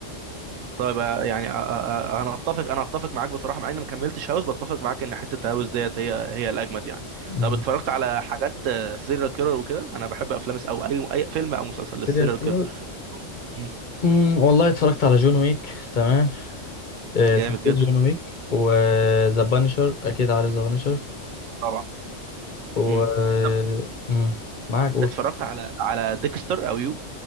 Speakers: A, on the right; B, on the left.
A: طيب آه، يعني آه، آه، آه، انا اتفق انا اتفق معاك بصراحه مع اني ما كملتش هاوس بتفق معاك ان حته هاوس ديت هي هي الاجمد يعني
B: مم.
A: طب اتفرجت على حاجات سيريال كيلر وكده انا بحب افلام الس- او اي اي فيلم او مسلسل للسيريال
B: سيريال كيلر
A: كيلر بحبهم جدا مم.
B: امم والله اتفرجت على جون ويك تمام آه،
A: جامد
B: سلسلة
A: جدا
B: جون ويك وذا بانشر اكيد عارف ذا بانشر
A: طبعا
B: و آه،
A: مم. طب
B: مم، معاك قول
A: اتفرجت على على ديكستر او يو